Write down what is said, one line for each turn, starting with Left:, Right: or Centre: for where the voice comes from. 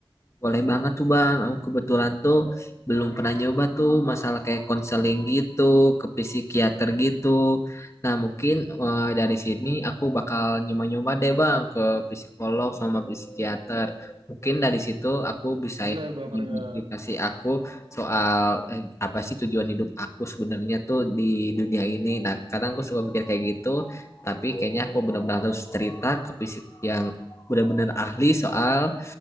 Left: Boleh banget tuh Bang. Aku kebetulan tuh belum pernah nyoba tuh masalah kayak konseling gitu, ke psikiater gitu. Nah, mungkin eh, dari sini aku bakal nyoba-nyoba deh Bang ke psikolog sama psikiater. Mungkin dari situ aku bisa
Right: Boleh Bang
Left: dimotivasi
Right: Rian.
Left: aku soal eh, apa sih tujuan hidup aku sebenarnya tuh di dunia ini. Nah, kadang aku suka mikir kayak gitu, tapi kayaknya aku benar-benar harus cerita ke psik yang benar-benar ahli soal